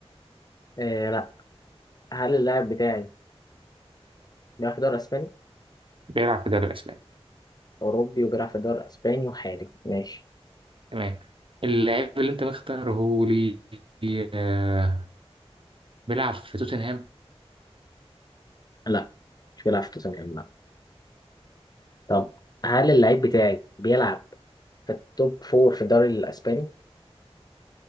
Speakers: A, on the left (about 40°); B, on the right (about 55°).
A: آه لا هل اللاعب بتاعي بيلعب في الدوري الإسباني؟
B: بيلعب في الدوري الاسباني
A: أوروبي وبيلعب في الدوري الإسباني وحالي ماشي
B: تمام اللاعب اللي انت مختاره ليه آه، بيلعب في توتنهام
A: لا مش بيلعب في توتنهام لا طب هل اللاعب بتاعي بيلعب في التوب فور في الدوري الإسباني؟